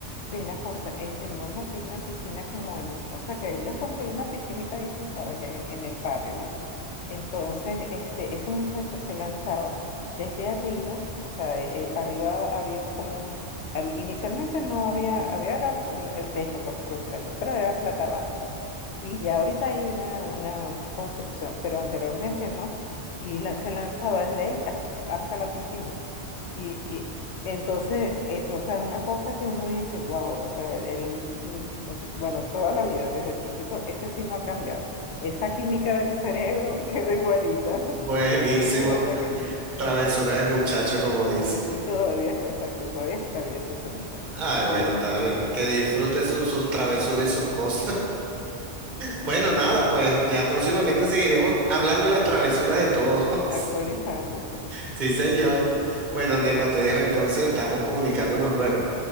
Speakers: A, on the left; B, on the right.
A: Ve la cosa, este, mi mamá tiene una piscina como en, o sea, que ellos construyen una piscinita ahí, tú sabes, en, en el patio, ¿no? Entonces, este, ese muchacho se lanzaba desde arriba, o sea, eh, eh, arriba había un- como un, al- inicialmente no había, había era pu- el techo, pues, por decir algo, pero era plata y ya ahorita hay una, una construcción, pero anteriormente no. Y la, se lanzaba desde ahí ha- hasta la piscina. Y, y entonces, eh, o sea, es una cosa que uno dice, wow, o sea, él, mm, o sea, bueno, toda la vida, desde chiquito, ese sí no ha cambiado. Esa química del cerebro <laughs> quedó igualita,
B: <laughs>
A: <laughs>
B: Buenísimo,
A: de verdad
B: t-
A: que sí.
B: travesura de muchacho, como dice.
A: Y, y todavía, exacto, todavía es travieso ese muchacho,
B: Ay,
A: de,
B: bueno,
A: de verdad
B: está
A: que sí,
B: bien. Que disfrute su- sus travesuras y sus cosas. Bueno, nada, pues ya próximamente seguiremos hablando de las travesuras de todos. <laughs>
A: actualizando, sí.
B: Sí, señor. Bueno, Nelva, te dejo entonces, estamos comunicándonos luego.